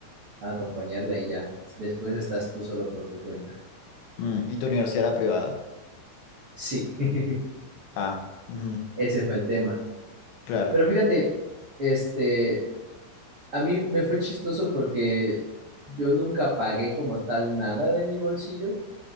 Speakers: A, on the right; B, on the left.
A: acompañarla y ya, después estás tú solo por tu cuenta.
B: Mm, ¿Y tu universidad era privada?
A: Sí, <laughs>
B: Ah, ujú,
A: ese fue el tema.
B: claro.
A: Pero fíjate, este, a mí me fue chistoso porque yo nunca pagué como tal nada de mi bolsillo,